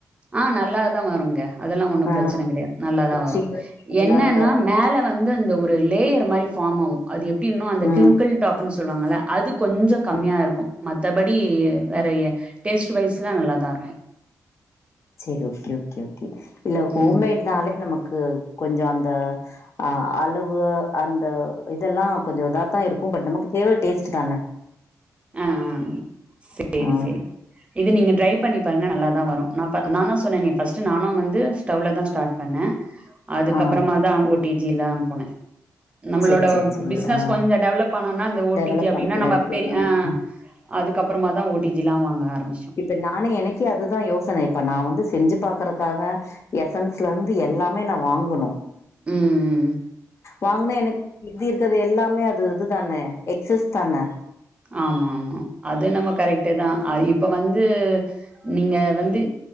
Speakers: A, on the right (about 20°); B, on the left (about 50°).
A: ஆ நல்லா தா வருங்க அதெல்லா ஒண்ணு
B: ஆ
A: பிரச்சன கெடயாது நல்லாதா வரும்
B: ஸ்ரீவல்லிக்கு விழாம
A: என்னன்னா
B: தான் இருக்கு
A: மேல வ ந்து அந்த ஒரு லேயர் மாரிஃபாம் ஆகும் அது எப்டினா அந்த
B: ம்
A: கிரிங்கிள் டாப்ன்னு சொல்லுவாங்கள அது கொஞ்ச கம்மியா
B: ம்
A: இருக்கும் மத்தபடி வேற டேஸ்ட் வைஷ்லா நல்லா தா இருக்கும்
B: சரி ஓகே ஓகே ஓகே இல்ல ஹோம்மேட்னாலே
A: ம்.
B: நமக்கு கொஞ்ச அந்த ஆ அளவு அந்த இதெல்லா கொஞ்ச இதாத்தா இருக்கும் பட் நமக்கு தேவ டேஸ்ட் தான
A: ஆ ஆ சேரி
B: ஆ
A: சேரி இது நீங்க ட்ரை பண்ணி பாருங்க நல்லா தா வரும் நா நானா சொன்னே ஃபஸ்ட் நானு வந்து ஸ்டவ்ல தா ஸ்டார்ட் பண்ண அதுக்
B: ஆ
A: அப்பறமா தா ஓ டி ஜில்லா போனே நம்மளோட
B: சரி சரி சரி
A: பிசினஸ்
B: ஆ
A: கொஞ்ச டெவலப் ஆனா இந்த ஓ
B: டெவலப்
A: டிஜி அப்டினா
B: ஆன பின்னாடிக்கு
A: நம்ம பெரிய
B: ஆ
A: அ
B: ஆ
A: அதுக் அப்பறமா தா ஒ டிஜி எல்லா வாங்க ஆரம்ச்ச
B: இப்ப நானே எனக்கே அதுதா யோசன இப்ப நா வந்து செஞ்சு பாக்றக்காக எசன்ஸ்ல இருந்து எல்லாமே நா வாங்கனும்
A: ம்
B: வாங்கனா எனக்கு இது இருக்கது எல்லாமே அது இதுதான எக்சஸ் தான
A: ஆமா ஆமா அது என்னமோ கரெக்ட்தா அது இப்ப வந்து நீங்க வந் து